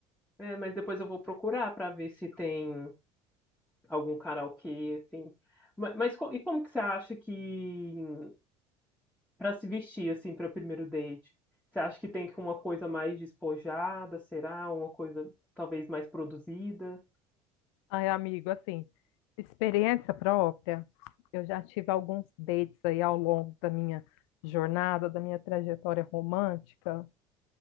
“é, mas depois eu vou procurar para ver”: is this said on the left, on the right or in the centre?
Centre